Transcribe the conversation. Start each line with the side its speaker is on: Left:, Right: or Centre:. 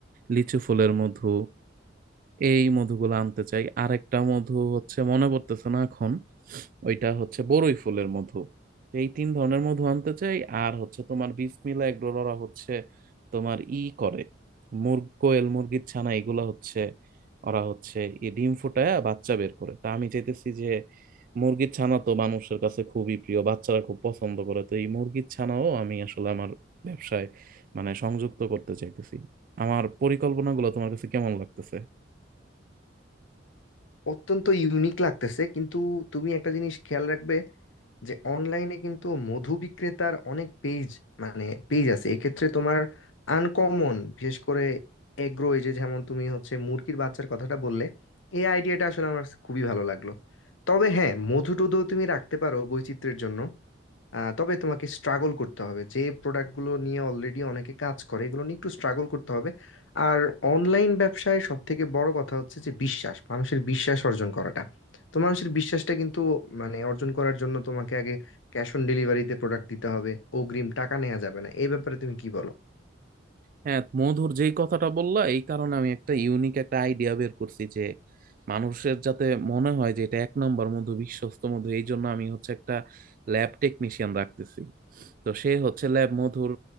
Right: লিচু ফুলের মধু এই মধুগুলো আনতে চাই আরেকটা মধু হচ্ছে মনে পড়তেছে না এখন ওইটা হচ্ছে বড়ই ফুলের মধু তো এই তিন ধরনের মধু আনতে চাই আর হচ্ছে তোমার বিসমিল্লা এগুলো ওরা হচ্ছে তোমার ই করে মুরগ কোয়েল মুরগির ছানা এগুলো হচ্ছে ওরা হচ্ছে এই ডিম ফুটায় বাচ্চা বের করে তা আমি চাইতেছি যে মুরগির ছানা তো মানুষের কাছে খুবই প্রিয় বাচ্চারা খুব পছন্দ করে তো এই মুরগির ছানাও আমি আসলে আমার ব্যবসায় মানে সংযুক্ত করতে চাইতেছি আমার পরিকল্পনাগুলো তোমার কাছে কেমন লাগতেছে
Left: অত্যন্ত ইউনিক লাগতেছে কিন্তু তুমি একটা জিনিস খেয়াল রাখবে যে অনলাইনে কিন্তু মধু বিক্রেতার অনেক পেজ মানে পেজ আছে এক্ষেত্রে তোমার আনকমন বিশেষ করে এগ্রো এই যে যেমন তুমি হচ্ছে মুরগির বাচ্চার কথাটা বললে এই আইডিয়াটা আসলে আমার কাছে খুবই ভালো লাগলো তবে হ্যাঁ মধু টুধু তুমি রাখতে পারো বৈচিত্র্যের জন্য আহ, তবে তোমাকে স্ট্রাগল করতে হবে যে প্রোডাক্টগুলো নিয়ে অলরেডি অনেকে কাজ করে এগুলো নিয়ে একটু স্ট্রাগল করতে হবে আর অনলাইন ব্যবসায় সব থেকে বড় কথা হচ্ছে যে বিশ্বাস মানুষের বিশ্বাস অর্জন করাটা তো মানুষের বিশ্বাসটা কিন্তু মানে অর্জন করার জন্য তোমাকে আগে ক্যাশ অন ডেলিভারিতে প্রোডাক্ট দিতে হবে অগ্রিম টাকা নেওয়া যাবে না এই ব্যাপারে তুমি কি বলো
Right: হ্যাঁ মধুর যেই কথাটা বললা এই কারণে আমি একটা ইউনিক একটা আইডিয়া বের করছি যে মানুষের যাতে মনে হয় যে এটা এক নম্বর মধু বিশ্বস্ত মধু এই জন্য আমি হচ্ছে একটা ল্যাব টেকনিশিয়ান রাখতেছি তো সে হচ্ছে ল্যাব মধুর